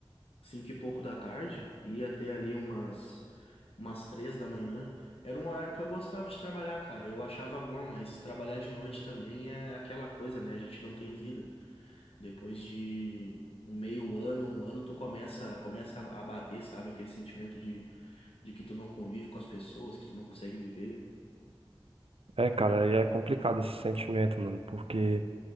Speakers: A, on the left; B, on the right.
A: cinco e pouco da tarde, ia até ali umas umas três da manhã. Era um horário que eu gostava de trabalhar, cara. Eu achava bom, mas trabalhar de noite também é aquela coisa, né? A gente não tem vida. Depois de um meio ano, um ano, tu começa começa a bater, sabe? Aquele sentimento de, de que tu não convive com as pessoas, que tu não consegue viver.
B: é, cara, aí é complicado esse sentimento, mano, porque